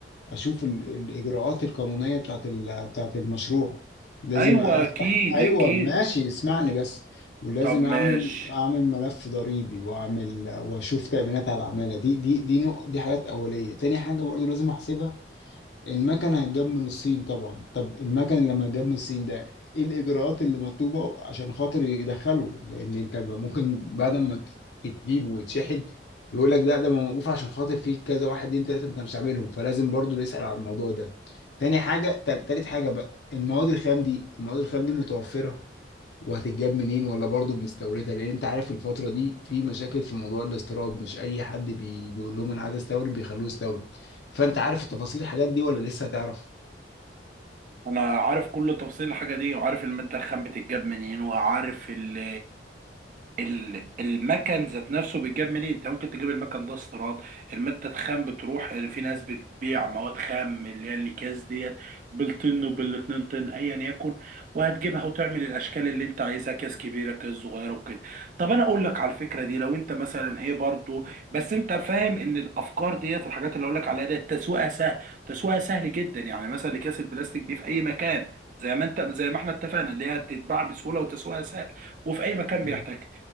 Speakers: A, on the left; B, on the right.
A: اشوف ال- الاجراءات القانونيه بتاعت ال- بتاعت المشروع لازم
B: أيوه
A: افتح
B: أكيد
A: ايوه
B: أكيد
A: ماشي اسمعني بس ولازم
B: طب ماشي
A: اعمل اعمل ملف ضريبي واعمل واشوف تأمينات على العماله دي دي دي نوع دي حاجات اوليه تاني حاجه برضو لازم احسبها المكن هيتجاب من الصين طبعا طب المكن لما جاب من الصين ده ايه الاجراءات اللي مطلوبه عشان خاطر يدخله لان انت ب- ممكن بعد ما ت- تجيبه ويتشحن يقول لك لا ده موقوف عشان خاطر فيه كذا واحد اتنين تلاته انت مش عاملهم فلازم برضو نسال على الموضوع ده تاني حاجه تل- تالت حاجه بقى المواد الخام دي المواد الخام دي متوفره وهتتجاب منين ولا برضه بنستوردها لان انت عارف الفتره دي في مشاكل في موضوع الاستيراد مش اي حد بي بيقول لهم انا عايز استورد بيخلوه يستورد فانت عارف التفاصيل الحاجات دي ولا لسه هتعرف
B: انا عارف كل تفصيل الحاجه دي وعارف الماده الخام بتتجاب منين وعارف ال- ال- المكن ذات نفسه بيتجاب منين انت ممكن تجيب المكن ده استيراد الماده الخام بتروح في ناس بتبيع مواد خام اللي هي الاكياس ديت بالطن وبالاتنين طن ايا يكن وهتجيبها وتعمل الاشكال اللي انت عايزها كاس كبيره كاس صغيره وكده طب انا اقول لك على الفكره دي لو انت مثلا ايه برضو بس انت فاهم ان الافكار ديت الحاجات اللي اقول لك عليها ديت تسويقها سهل تسويقها سهل جدا يعني مثلا اكياس البلاستيك دي في اي مكان زي ما انت زي ما احنا اتفقنا اللي هي تتباع بسهوله وتسويقها سهل وفي اي مكان
A: مم.
B: بيحتاج